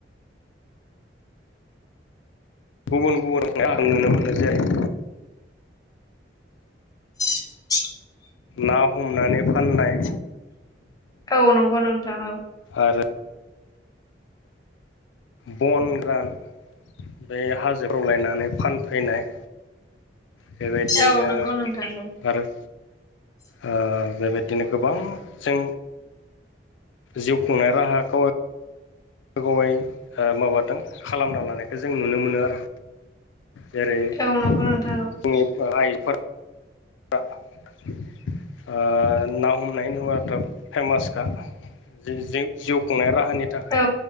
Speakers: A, on the left; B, on the left.
A: गुबुन गुबुन <unintelligible> नुनो मोनो जेरै
B: <inaudible>
A: ना हमनानै फाननाय
B: औ नंगौ नोंथां औ
A: आरो बन गोरान बे हाजोफ्राव लायनानै फानफैनाय बेबायदिनो
B: औ नंगौ नोंथां
A: आरो ओ बेबायदिनो गोबां जों जिउ खुंनाय राहाखौ बेफोरखौहाय ओ माबादों खालामना लानायखौ जों नुनो मोनो आरो। जेरै
B: औ औ
A: जोंनि
B: नंगौ नोंथां औ
A: आइफोर ओ ना हमनाय होनोबाथ' फेमासखा जि जिउ खुंनाय राहा <unintelligible> थाखाय
B: औ